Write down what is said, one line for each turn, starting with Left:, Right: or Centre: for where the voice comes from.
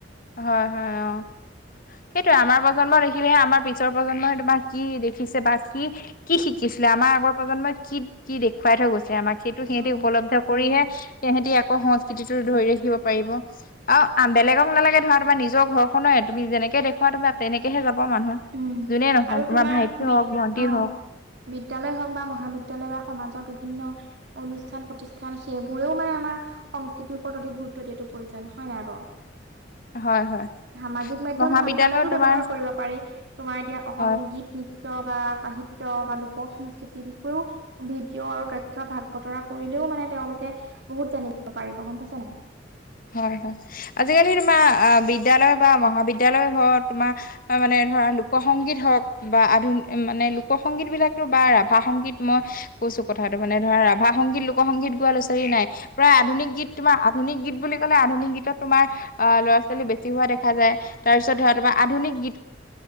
Left: হয় হয় অ। সেইটোৱে আমাৰ প্ৰজন্ম দেখিলেহে আমাৰ পিছৰ প্ৰজন্মই তোমাৰ কি দেখিছে বা কি কি শিকিছিলে আমাৰ আগৰ প্ৰজন্মই কি কি দেখুৱাই থৈ গৈছিলে আমাক সেইটো সিহঁতি
Right: অ
Left: উপলব্ধ কৰিহে তেহেঁতি আকৌ সংস্কৃতিটো ধৰি ৰাখিব পাৰিব আৰু আ বেলেগক নালাগে ধৰা তোমাৰ নিজৰ ঘৰখনে তুমি যেনেকে দেখুওৱা তোমাৰ তেনেকেহে যাব মানুহ।
Right: উম
Left: যোনে নহওক
Right: আৰু তোমাৰ
Left: ভাইটি
Right: বি
Left: হওক ভন্টি
Right: অ।
Left: হওক
Right: বিদ্যালয় হওক বা মহাবিদ্যালয় বা সমাজৰ বিভিন্ন অনুষ্ঠান- প্ৰতিষ্ঠান সেইবোৰেও মানে আমাৰ সংস্কৃতিৰ ওপৰত অধিক গুৰুত্ব দিয়াতো প্ৰয়োজন হয় নাই বাৰু?
Left: হয় হয়
Right: সামাজিক মাধ্যম
Left: মহাবিদ্যালয়ত
Right: ভাল কামতো ব্যৱহাৰ
Left: তোমাৰ
Right: কৰিব পাৰি, তোমাৰ এতিয়া অসমীয়া
Left: হয়
Right: গী এ নৃত্য বা সাহিত্য বা লোক সংস্কৃতিৰ বিষয়েও ভিডিঅ' আৰু তথ্য ভাগ বতৰা কৰিলেও মানে তেওঁলোকে বহুত জানিব পাৰিব গম পাইছা নাই?
Left: হয় হয়, আজিকালি তোমাৰ আ বিদ্যালয় বা মহাবিদ্যালয় হও তোমাৰ বা মানে ধৰা লোক সংগীত হওক বা আধুনি মানে লোক সংগীতবিলাকতো বা ৰাভা সংগীত মই কৈছো কথাটো মানে ধৰা, ৰাভা সংগীত, লোকসংগীত গোৱা ল'ৰা-ছোৱালী নাই প্ৰায় আধুনিক গীত তোমাৰ আধুনিক গীত বুলি ক'লে আধুনিক গীতত তোমাৰ আহ ল'ৰা - ছোৱালী বেছি হোৱা দেখা যায় তাৰপিছত ধৰা তোমাৰ আধুনিক গীত